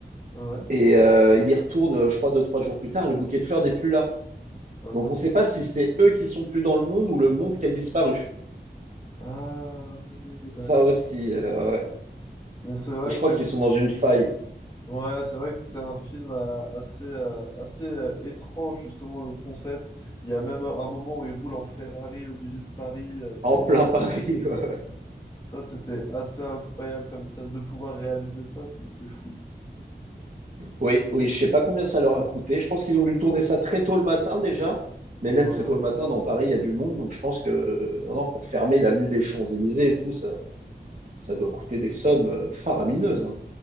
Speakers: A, on the left; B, on the right.
A: Ouais.
B: et euh, il y retourne, euh, je crois, deux, trois jours plus tard, et le bouquet de fleurs n'est plus là.
A: uhum.
B: Donc, on sait pas si c'est eux qui sont plus dans le monde ou le monde qui a disparu.
A: Ah oui, d'accord.
B: Ça aussi, euh, ouais.
A: Bon, C'est vrai
B: Et je crois
A: que
B: qu'ils
A: c'est...
B: sont dans une faille,
A: Ouais, c'est vrai que c'était un film euh, assez, euh, assez euh, étrange, justement, le concept. Il y a même un moment où ils roulent en Ferrari au milieu de Paris, euh,
B: en
A: quoi,
B: plein Paris. <laughs>
A: Ça, c'était assez incroyable comme scène de pouvoir réaliser ça, c'est c'est fou.
B: Oui, oui, je sais pas combien ça leur a coûté. Je pense qu'ils ont dû tourner ça très tôt le matin déjà, mais même
A: Ouais,
B: très tôt le matin, dans Paris, il y a du monde, donc je pense que non, non, pour fermer l'avenue des Champs-Élysées et tout, ça, ça doit coûter des sommes euh, faramineuses. hein.